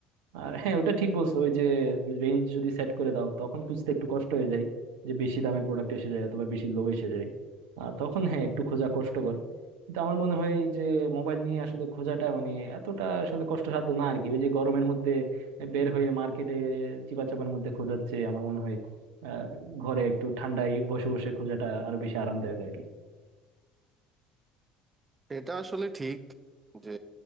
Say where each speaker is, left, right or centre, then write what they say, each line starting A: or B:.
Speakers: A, on the right; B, on the right.
A: আর হ্যাঁ ওটা ঠিক বলছো ওই যে রেঞ্জ যদি সেট করে দাও তখন খুঁজতে একটু কষ্ট হয়ে যায় যে বেশি দামের প্রোডাক্ট এসে যায় অথবা বেশি লো এসে যায় আর তখন হ্যাঁ একটু খোঁজা কষ্টকর কিন্তু আমার মনে হয় এই যে মোবাইল নিয়ে আসলে খোঁজাটা মানে এতটা আসলে কষ্টসাধ্য না আর কি ওই যে গরমের মধ্যে বের হয়ে মার্কেটে চিপাচাপার মধ্যে খোঁজার চেয়ে আমার মনে হয় আহ ঘরে একটু ঠান্ডায় বসে বসে খোঁজাটা আরো বেশি আরামদায়ক আর কি
B: এটা আসলে ঠিক যে